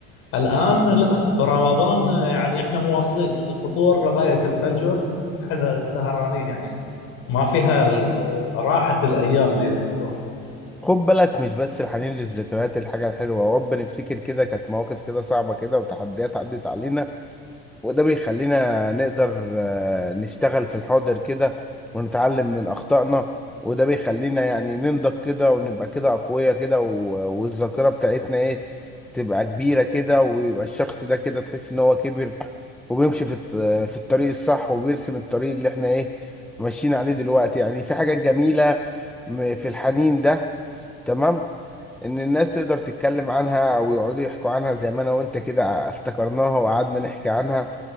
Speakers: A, on the left (about 50°); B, in the centre.
A: الآن لا في رمضان يعني احنا مواصلين من الفطور لغاية الفجر احنا سهرانين يعني ما فيها ال- راحة الأيام دي الحلوة
B: خد بالك مش بس الحنين للذكريات الحاجة الحلوة ورب نفتكر كده كانت مواقف كده صعبة كده وتحديات عدت علينا وده بيخلينا نقدر آه، نشتغل في الحاضر كده ونتعلم من أخطائنا وده بيخلينا يعني ننضج كده ونبقى كده أقوياء كده و- والذاكرة بتاعتنا إيه تبقى كبيرة كده ويبقى الشخص ده كده تحس إن هو كبر وبيمشي في الط- في الطريق الصح وبيرسم الطريق اللي إحنا إيه ماشيين عليه دلوقتي يعني في حاجات جميلة م- في الحنين ده تمام ان الناس تقدر تتكلم عنها او يقعدوا يحكوا عنها زي ما انا وانت كده افتكرناها وقعدنا نحكي عنها